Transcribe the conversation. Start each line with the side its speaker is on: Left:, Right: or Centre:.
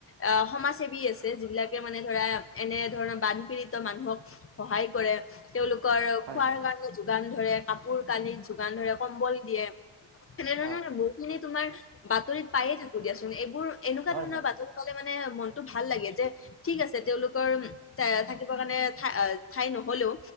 Left: অ, সমাজ সেৱী আছে, যিবিলাকে মানে ধৰা এনে ধৰণৰ বানপীড়িত মানুহক সহায় কৰে। তেওঁলোকৰ
Right: হয়
Left: খোৱাৰ
Right: হয়
Left: কাৰণে যোগান ধৰে, কাপোৰ কানিত যোগান ধৰে, কম্বল দিয়ে। এনেধৰণৰ
Right: হয়
Left: বস্তু খিনি তোমাৰ বাতৰিত পায়ে থাকো দিয়াচোন। এইবোৰ এনেকুৱা
Right: হয়
Left: ধৰণৰ
Right: হয়
Left: বাতৰি পালে মানে মনতো ভাল লাগে যে ঠিক আছে তেওঁওলোকৰ এ থাকিবৰ কাৰণে ঠা ঠাই নহ'লেও,